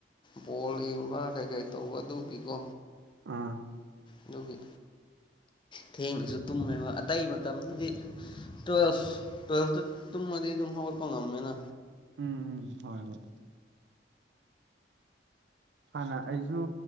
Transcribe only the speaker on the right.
ꯑꯥ
ꯎꯝ ꯎꯝ ꯍꯣꯏ ꯍꯣꯏ ꯍꯥꯟꯅ ꯑꯩꯁꯨ